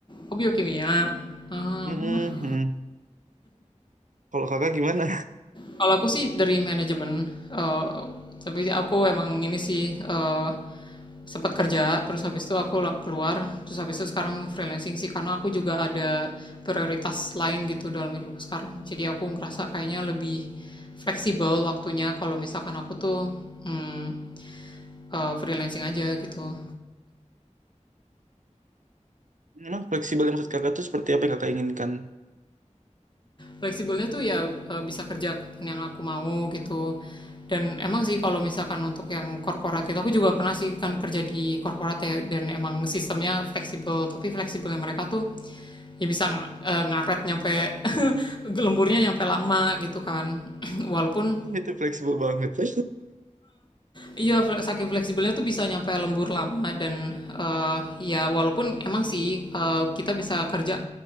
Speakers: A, on the left; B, on the right.
A: Oh, biokimia. Ah,
B: Mhm.
A: benar.
B: Kalau Kakak gimana?
A: Kalau aku sih dari manajemen, eee, tapi aku emang ini sih, eee, sempat kerja, terus habis itu aku keluar, terus habis itu sekarang freelancing sih, karena aku juga ada prioritas lain gitu dalam hidupku sekarang. Jadi aku ngerasa kayaknya lebih fleksibel waktunya kalau misalkan aku tuh, mmm, eee, freelancing aja gitu.
B: Memang fleksibel yang maksud Kakak tuh seperti apa yang Kakak inginkan?
A: Fleksibelnya tuh ya, eh, bisa kerja kapan yang aku mau gitu, dan emang sih kalau misalkan untuk yang korporat itu aku juga pernah sih kan kerja di korporat ya, dan emang sistemnya fleksibel, tapi fleksibelnya mereka tuh ya bisa, eee, ngaret nyampe <laughs> lemburnya nyampe lama gitu kan. <clears throat> Walaupun
B: <laughs> Itu fleksibel banget. <laughs>
A: Iya, flek saking fleksibelnya tuh bisa nyampe lembur lama dan, eee, ya walaupun emang sih, eee, kita bisa kerja,